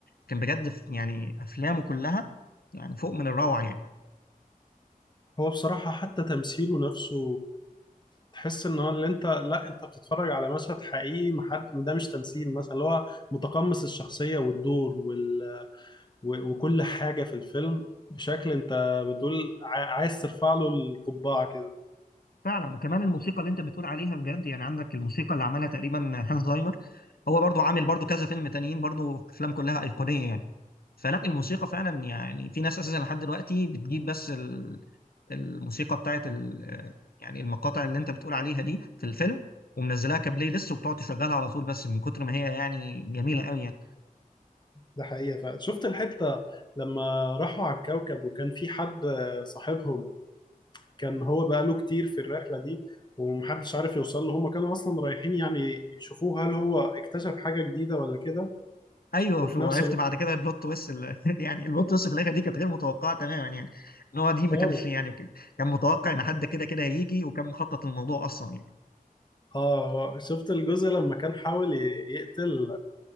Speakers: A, on the left (about 85°); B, on the left (about 30°).
A: كان بجد في- يعني افلامه كلها يعني فوق من الروعه يعني
B: هو بصراحة حتى تمثيله نفسه تحس ان هو اللي انت لا انت بتتفرج على مشهد حقيقي محد ده مش تمثيل مثلا اللي هو متقمص الشخصية والدور وال... و... وكل حاجة في الفيلم بشكل انت بتقول ع- عايز ترفع له القبعة كده
A: فعلا وكمان الموسيقى اللي انت بتقول عليها بجد يعني عندك الموسيقى اللي عملها تقريبا هانس زايمر هو برضو عامل برضو كذا فيلم تانيين برضو افلام كلها ايقونيه يعني فلا الموسيقى فعلا يعني في ناس اساسا لحد دلوقتي بتجيب بس ال- الموسيقى بتاعت ال- يعني المقاطع اللي انت بتقول عليها دي في الفيلم ومنزلاها كبلاي ليست وبتقعد تشغلها على طول بس من كتر ما هي يعني جميله قوي يعني.
B: ده حقيقة فعلا شفت الحتة لما راحوا على الكوكب وكان في حد صاحبهم كان هو بقاله كتير في الرحلة دي ومحدش عارف يوصل له هما كانوا أصلا رايحين يعني يشوفوه هل هو اكتشف حاجة جديدة ولا كده
A: ايوه
B: وفي
A: شو
B: نفس
A: عرفت
B: الوقت
A: بعد كده البلوت تويست ال- <laughs> يعني البلوت تويست في الاخر دي كانت غير متوقعه تماما يعني ان هو دي ما
B: خالص
A: كانش يعني ك- كان متوقع ان حد كده كده هيجي وكان مخطط الموضوع اصلا يعني
B: اه هو- شفت الجزء لما كان حاول ي- يقتل